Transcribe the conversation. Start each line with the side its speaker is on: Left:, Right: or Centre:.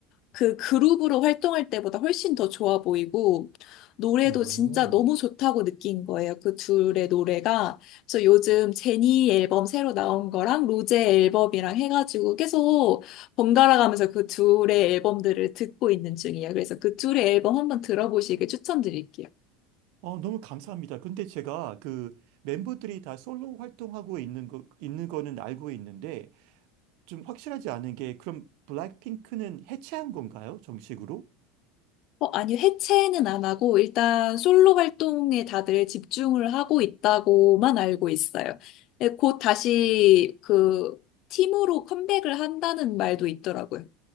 Left: 그 그룹으로 활동할 때보다 훨씬 더 좋아 보이고, 노래도
Right: 음,
Left: 진짜 너무 좋다고 느낀 거예요. 그 둘의 노래가. 그래서 요즘 제니 앨범 새로 나온 거랑 로제 앨범이랑 해가지고 계속 번갈아가면서 그 둘의 앨범들을 듣고 있는 중이에요. 그래서 그 둘의 앨범 한번 들어보시길 추천드릴게요.
Right: 어, 너무 감사합니다. 근데 제가 그 멤버들이 다 솔로 활동하고 있는 거, 있는 거는 알고 있는데 좀 확실하지 않은 게 그럼 블랙핑크는 해체한 건가요? 정식으로?
Left: 어, 아니, 해체는 안 하고, 일단 솔로 활동에 다들 집중을 하고 있다고만 알고 있어요. 네, 곧 다시 그 팀으로 컴백을 한다는 말도 있더라고요.